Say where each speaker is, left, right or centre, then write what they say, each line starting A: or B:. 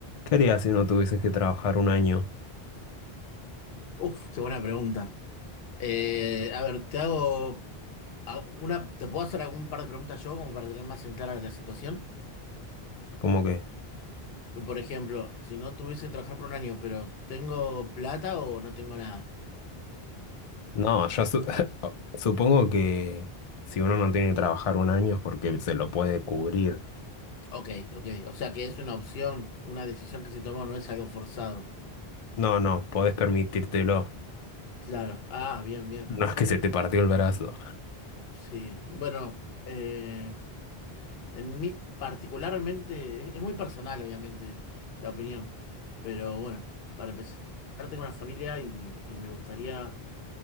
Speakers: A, on the left; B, on the left.
A: ¿Qué harías si no tuvieses que trabajar un año?
B: Uf, qué buena pregunta. Eh, a ver, te hago a- una, te puedo hacer algún par de preguntas yo como para tener más en clara la situación.
A: ¿Cómo que?
B: Por ejemplo, si no tuviese que trabajar por un año, pero tengo plata o no tengo nada.
A: No, ya su- <laughs> supongo que si uno no tiene que trabajar un año es porque se lo puede cubrir.
B: Ok, ok. O sea que es una opción, una decisión que se toma, no es algo forzado.
A: No, no, podés permitírtelo.
B: Claro. Ah, bien, bien.
A: No es que se te partió el brazo.
B: Sí. Bueno, eh, En mí, particularmente, es, es muy personal, obviamente, la opinión. Pero bueno, para empezar, tengo una familia y, y me gustaría